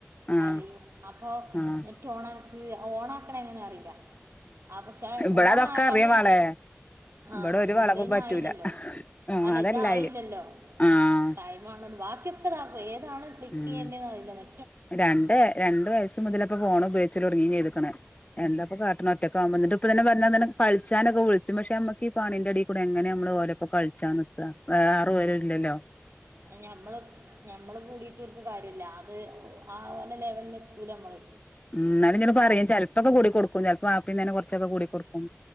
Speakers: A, on the left (about 30°); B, on the right (about 75°).
A: ആഹ്
B: പറയും അപ്പൊ
A: ആഹ്
B: നെറ്റ് ഓണക്ക് ഓണാ ക്ക്ണേ എങ്ങനെ അറീല്ല.. ആഹ് പക്ഷെ
A: ഇബടെ
B: ഓണയാല്
A: അതൊക്കെ അറിയ മാളെ ഇബടെ
B: ആഹ്
A: ഒരു വളവും
B: ഇതയ്ന്
A: പറ്റൂല
B: ആയില്ലല്ലോ
A: ആഹ്
B: അല്ല
A: അതല്ലായി
B: ഇതായില്ലല്ലോ
A: ആഹ്
B: ടൈം <unintelligible> ബാക്കി ഒക്കെ ഇതാകൊ ഏതാണ് ക്ലിക്ക്
A: ഉം
B: ചെയ്യേണ്ടേനറിയൂല നെ
A: രണ്ട് രണ്ടു വയസ്സ് മുതലപ്പോ ഫോൺ ഉപയോഗിച്ചല് തൊടങ്ങിയിരിക്ക്ണ എന്താപ്പൊ കാട്ട്ണ ഒറ്റക്കാവുമ്പോ എന്നിട്ട് ഇപ്പ തന്നെ പറഞാ തന്നെ കളിച്ചാനൊക്കെ വിളിച്ചു പക്ഷെ നമ്മക്ക് ഈ പണിന്റെടേകൂടെ എങ്ങനെ നമ്മള് ഓര ഇപ്പ കളിച്ച ന്ക വേറേ ആരുംഇല്ലല്ലോ
B: ഞമ്മള് ഞമ്മള് കൂടിട്ട് ഓല്ക്ക് കാര്യല്ല അത് ആഹ് ഓലെ ലെവലിൽ എത്തൂല നമ്മള്
A: ഉം ന്നാലും ഇങ്ങനെ പറയും ചെലപ്പൊക്കെ കൂടിക്കൊടുക്കും ചെൽപ്പേ വാപ്പിതന്നെ കോറച്ചൊക്കെ കൂടിക്കൊടുക്കും.